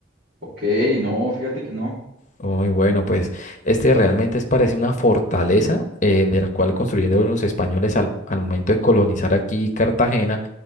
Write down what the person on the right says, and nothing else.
Ok, no, fíjate que no.